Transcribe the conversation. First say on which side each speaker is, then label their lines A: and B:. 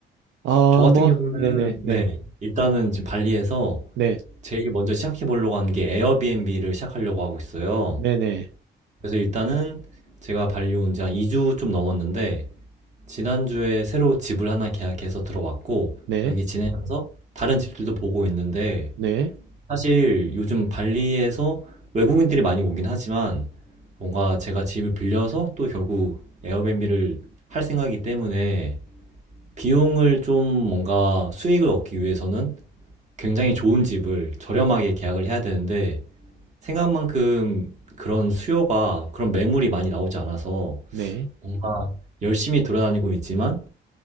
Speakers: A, on the right; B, on the right.
A: 아,
B: 저 같은
A: 뭐,
B: 경우는
A: 네네,
B: 음.
A: 네,
B: 네, 일단은 지금 발리에서
A: 네,
B: 제일 먼저 시작해 보려고 하는 게 에어비앤비를 시작하려고 하고 있어요.
A: 네네,
B: 그래서 일단은 제가 발리 온 지 한 2주 좀 넘었는데, 지난주에 새로 집을 하나 계약해서 들어왔고,
A: 네,
B: 여기 지내면서 다른 집들도 보고 있는데,
A: 네,
B: 사실 요즘 발리에서 외국인들이 많이 오긴 하지만, 뭔가 제가 집을 빌려서 또 결국 에어비앤비를 할 생각이기 때문에, 비용을 좀 뭔가 수익을 얻기 위해서는 굉장히 좋은 집을 저렴하게 계약을 해야 되는데, 생각만큼 그런 수요가 그런 매물이 많이 나오지 않아서
A: 네.
B: 뭔가 열심히 돌아다니고 있지만